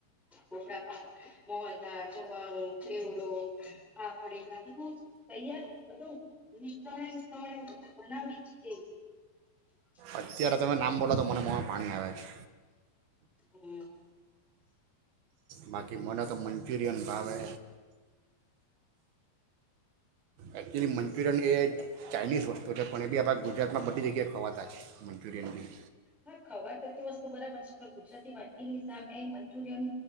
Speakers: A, in the centre; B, on the right (about 75°).
A: ટોપરાપાક <unintelligible> <unintelligible> ચેવડો, ફાફડી ગાઠીયાં <inaudible> <inaudible>
B: અત્યારે તમે નામ બોલો તો મને મોમાં પાણી આવે છે.
A: હમ્મ.
B: બાકી મને તો મંચુરિયન ભાવે એક્ચ્યુઅલી મંચુરિયન એ એક ચાઇનીઝ વસ્તુ છે પણ એ બી આપણા ગુજરાતમાં બધી જગ્યાએ ખવાતા છે. મંચુરિયન બી.
A: હા ખવાય તો જે <unintelligible> ગુજરાતી વાનગીની સામે મંચુરિયન